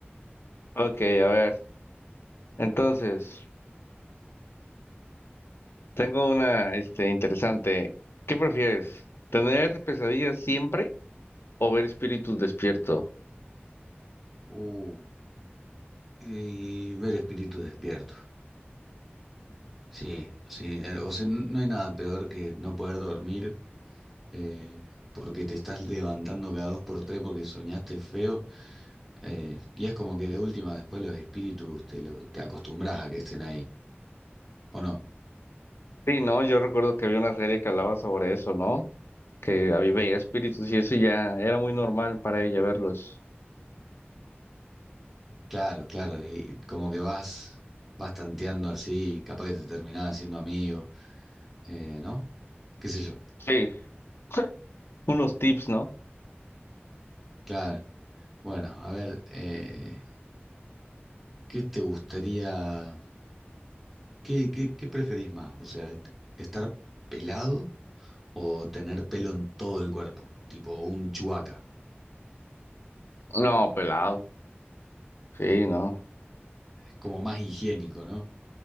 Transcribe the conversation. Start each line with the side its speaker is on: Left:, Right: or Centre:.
Left: Ok, a ver, entonces. Tengo una, este, interesante. ¿Qué prefieres? ¿Tener pesadillas siempre o ver espíritus despierto?
Centre: Uh, y ver espíritus despiertos. Sí, sí. eh, O sea, n- no hay nada peor que no poder dormir eh, porque te estás levantando cada dos por tres porque soñaste feo. eh, y es como que de última, después los espíritus te, lo, te acostumbras a que estén ahí. ¿O no?
Left: Sí, no, yo recuerdo que había una serie que hablaba sobre eso, ¿no? Que había veía espíritus y eso ya era muy normal para ella verlos.
Centre: Claro, claro. Y como que vas, vas tanteando así, y capaz que te terminás haciendo amigo, eh, ¿no? ¿Qué sé yo?
Left: Sí, <laughs> unos tips, ¿no?
Centre: Claro. Bueno, a ver. eh, ¿Qué te gustaría, qué, qué, qué preferís más? O sea, t- ¿estar pelado o tener pelo en todo el cuerpo? Tipo un chuaca.
Left: No, pelado. Sí, no.
Centre: Es como más higiénico, ¿no?